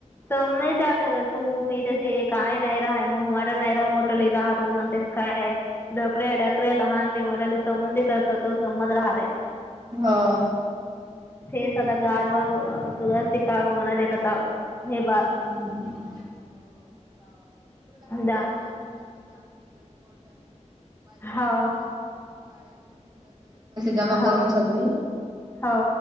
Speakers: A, on the left; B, on the right.
A: तम्ही त्यात तू मी तसे काय नाही राहाय, मोह माय नाही राहा मोठंल राहत म्हणतेत. काय नाय डोकऱ्या डकऱ्या लहान ले मोठ्या सौंदी करत तो गंमत राहत्या.
B: हो.
A: हेच आता गारवाव, सुगा शिकावं मना देखताव हे बार.
B: <unintelligible> <unintelligible> पैसे
A: दा हो
B: जमा
A: हो
B: करून सगळी
A: हो